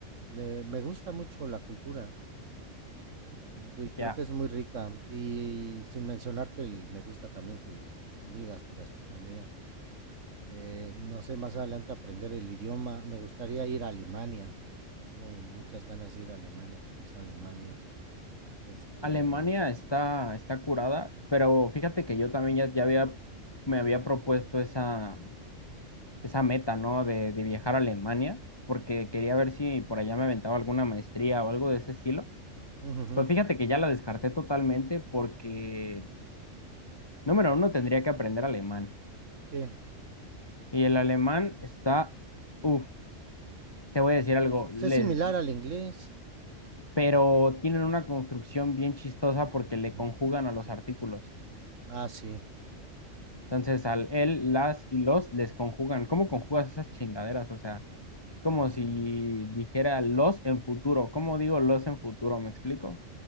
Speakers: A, on the right; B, on the left.
A: me me gusta mucho la cultura. De creo
B: ya.
A: que es muy rica, y sin mencionar que el me gusta también su su comida, su gastronomía. Eh, no sé, más adelante aprender el idioma. Me gustaría ir a Alemania. Tengo muchas ganas de ir a Alemania, conocer Alemania. Este
B: Alemania está, está curada, pero fíjate que yo también ya, ya había, me había propuesto esa, esa meta, ¿no? De, de viajar
A: ujú,
B: a Alemania, porque quería ver si por allá me aventaba alguna maestría o algo de ese estilo.
A: ujú,
B: Pues fíjate que ya la descarté totalmente porque, número uno, tendría que aprender alemán.
A: sí,
B: Y el alemán está, uff, te voy a decir algo,
A: pues,
B: les,
A: es similar al inglés.
B: pero tienen una construcción bien chistosa porque le
A: Ujú.
B: conjugan a los artículos.
A: Ah, sí.
B: Entonces, al él, las y los les conjugan. ¿Cómo conjugas esas chingaderas? O sea, es como
A: Ujú,
B: si dijera los en futuro. ¿Cómo digo los en futuro? ¿Me explico?